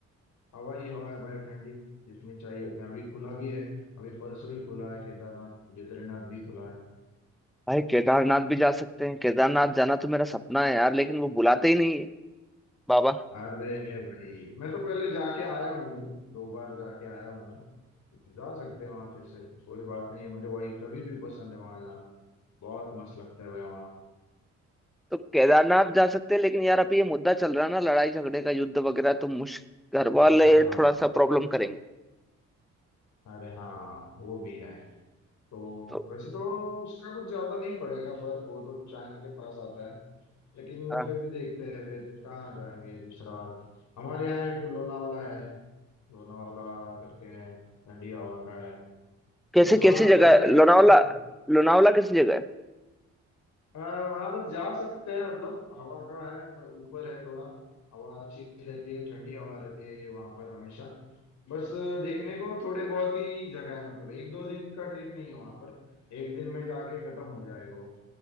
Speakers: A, on the left; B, in the centre.
A: हवाई हवा है भाई ठंडी जितनी चाहिए उतनी अभी खुला भी है अभी परसों ही खुला है केदारनाथ बद्रीनाथ भी खुला है
B: भाई केदारनाथ भी जा सकते हैं केदारनाथ जाना तो मेरा सपना है यार लेकिन वो बुलाते ही नहीं है बाबा
A: अरे भाई मैं तो पहले जाके आया हूँ दो बार जाके आया हूँ मैं जा सकते हैं वहां फिर से कोई बात नहीं है मुझे वही कभी भी पसंद है वहां जाना बहुत मस्त लगता है भाई वहाँ
B: तो केदारनाथ जा सकते हैं लेकिन यार अभी ये मुद्दा चल रहा है ना लड़ाई झगड़े का युद्ध वगैरह तो मुश्किल घर वाले
A: अरे हाँ
B: थोड़ा सा प्रॉब्लम करेंगे
A: अरे हाँ वो भी है तो
B: तो
A: वैसे तो उसका कुछ ज्यादा नहीं पड़ेगा फर्क वो तो चाइना के पास आता है लेकिन
B: हाँ।
A: फिर भी देखते हैं फिर कहाँ जाएंगे दूसरा हमारे यहाँ एक लोनावाला है लोनावाला करके है ठंडी हवा का है
B: कैसे
A: बस वहाँ
B: कैसी जगह
A: करने
B: है?
A: को
B: लोनावला
A: कुछ नहीं है
B: लोनावला कैसी जगह है
A: आ, वहाँ बस जा सकते हैं मतलब हवा का है ब- ऊपर है थोड़ा हवा अच्छी रहती है ठंडी हवा रहती है वहाँ पर हमेशा बस देखने को थोड़े बहुत ही जगह है मतलब एक दो दिन का ट्रिप नहीं है वहाँ पर एक दिन में जाके खत्म हो जाएगा वो